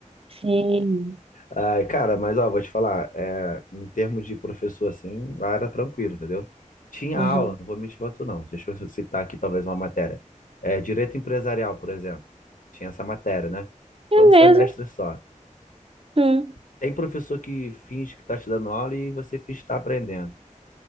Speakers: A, on the right; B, on the left.
A: Sim.
B: Ai, cara, mas ó, vou te falar, é, em termos de professor, assim, lá era tranquilo, entendeu? Tinha
A: Aham.
B: aula, não vou mentir pra tu, não. Deixa eu citar aqui talvez uma matéria. É, direito empresarial, por exemplo. Tinha essa matéria, né? Foi
A: É
B: um semestre
A: mesmo?
B: só.
A: Hum.
B: Tem professor que finge que tá te dando aula e você finge que tá aprendendo.